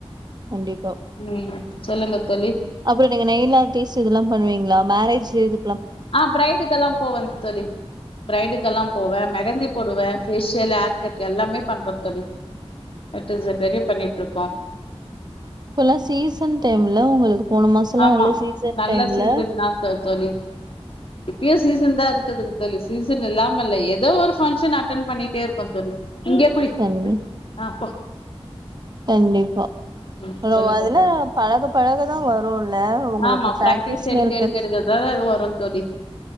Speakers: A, on the right; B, on the left.
A: கண்டிப்பா
B: ம் சொல்லுங்கத் தோழி
A: அப்புற நீங்க நெயில் ஆர்டீஸ் இதெல்லா பண்ணுவீங்களா மேரேஜ் இது
B: ஆ பிரைடுக்கெல்லா போவே தோழி பிரைடுக்கெல்லா போவே மெகந்தி போடுவே ஃபேஷியல் ஹேர் கட் எல்லாமே பண்ற தோழி தட்டீஸ் ரெடி பண்ணிட்டு இருக்கோ
A: இப்பல்லா சீசன் டைம்ல உங்களுக்கு போன மாசம்லா
B: ஆமா
A: நல்ல சீசன்
B: நல்ல
A: டைம்ல
B: சீசன் தா தோ தோழி இப்பயு சீசன் தா இருக்குதுங்க தோழி சீசன் இல்லாமல்ல ஏதோ ஒரு ஃபங்க்ஷன் அட்டன் பண்ணிட்டே இருக்கோ தோழி இங்கே குளி
A: கண்டி
B: ஆ போ
A: கண்டிப்பா
B: ம்
A: அவ்ளோ
B: சொல்லுங்க
A: அதுல்ல
B: தோழி
A: பழகப் பழக த வருல்ல உங்களுக்கு
B: ஆமா
A: பிராக்டிஸ்ல
B: பிராக்டிஸ் எடுக்க
A: இருக்க
B: எடுக்க எடுக்கதால அது வரு தோழி